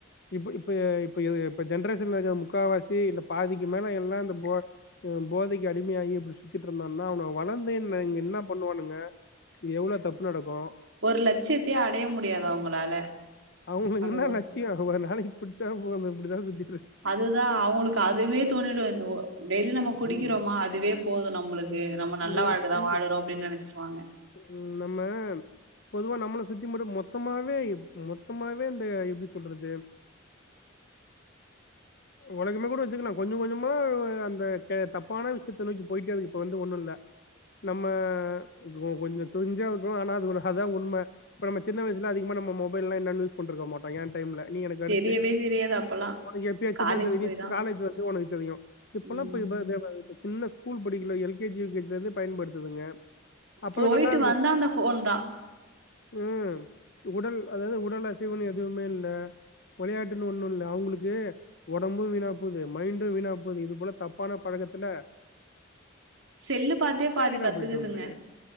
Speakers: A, on the left; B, on the right.
A: இப்பு இப் இப்ப இப்ப இது இப்ப ஜென்ரேஷன்ல இருக்க முக்காவாசி இல்ல பாதிக்கு மேல எல்லா இந்த போ அ போதைக்கு அடிமையாகி இப்டி சுத்திட்டு இருந்தான்னா அவனுங்க வளர்ந்தென்ன இங்க என்ன பண்ணுவானுங்க எவ்ளோ தப்பு நடக்கும்
B: ஒரு லட்சியத்தையே அடைய முடியாது அவங்களால
A: அவுங்களுக்
B: அது
A: என்னா லட்சியோ ஒரு நாளைக்கு குடிச்சா போது இப்படிதா சுத்தி
B: அதுதா அவங்களுக்கு அதுவே தோணிடு எந்துவோ டெய்லி நம்ம குடிக்கிறோமா
A: ம்
B: அதுவே போது நம்ளுக்கு நம்ம நல்லா
A: இங்க
B: வாழ்கை
A: இ-
B: தா
A: இன்-
B: வாழுறோ அப்டின் நினச்சிருவாங்க
A: ம் நம்ம பொதுவா நம்மள சுத்தி மட்டு மொத்தமாவே மொத்தமாவே இந்த எப்டி சொல்றது உலகமே கூட வச்சுக்கலா கொஞ்சு கொஞ்சுமா அந்த கே தப்பான விஷயத்த நோக்கி போயிட்டே இருக்கு இப்ப வந்து ஒண்ணு இல்ல நம்ம கோ கொஞ்சு க்றுஞ்சா இருக்கு ஆனா அது ஒரு ஹதா உண்ம இப்ப நம்ம சின்ன வயசுல அதிகமா நம்ம மொபைல்லா என்னான் யூஸ் பன்ருக்க மாட்டோ ஏன் டைம் இல்ல ல நீ எனக் அடுத்து
B: தெரியவே தெரியாது அப்பல்லா
A: உனக்கு எப்பயாச்சுன்னா
B: காலேஜ்
A: தெதி
B: போய்
A: நீ
B: தா
A: காலேஜ் வந்து ஒனக்கு தெரியு இப்பெல்லா
B: ம்
A: போய்பா தேபாயுசெ சின்ன ஸ்கூல் படிக்கில எல்கேஜ் யுகேஜ்ல இருந்து பயன்படுத்துதுங்க அப்பெல்லாம்
B: போய்ட்டு
A: நல்லா
B: வந்தா அந்த ஃபோன் தா
A: உம் உடல் அதாவது உடல் அசைவுனு எதுவுமே இல்ல ஒளையாட்டுன் ஒன்னு இல்ல அவ்ங்களுக்கு ஒடம்பு வீணாபோது மைண்டு வீணாபோது இது போல தப்பான பழகத்துல
B: செல்லு பாத்தே பாதி
A: வீணா
B: கத்துக்குதுங்க
A: போயிடுது இவனுங்களுக்கு.